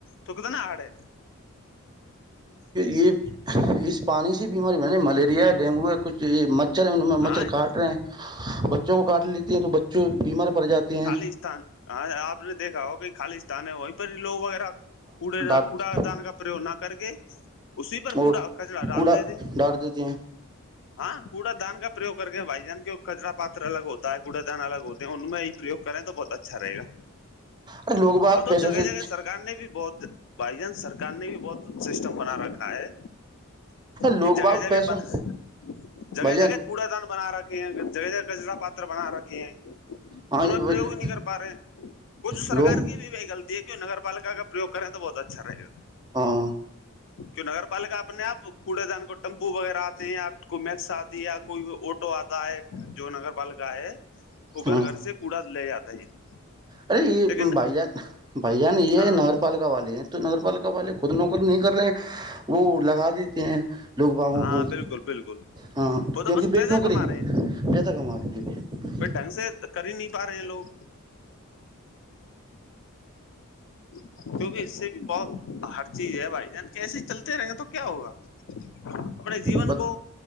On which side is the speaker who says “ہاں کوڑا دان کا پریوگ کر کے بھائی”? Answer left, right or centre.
Left